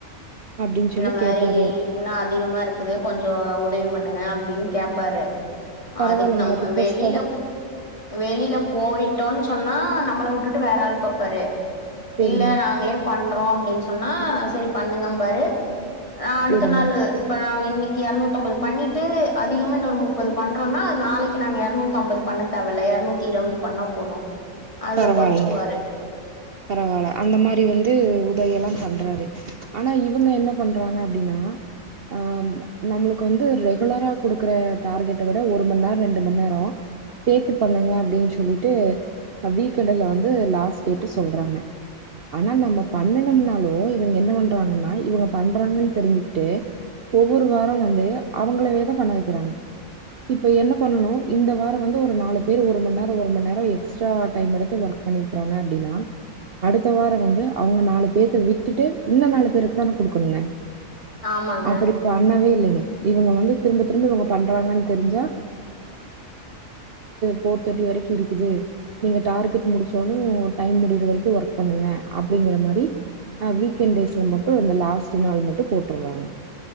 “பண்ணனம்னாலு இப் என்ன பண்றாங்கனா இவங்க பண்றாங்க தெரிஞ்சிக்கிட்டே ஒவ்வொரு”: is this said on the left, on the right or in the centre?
Right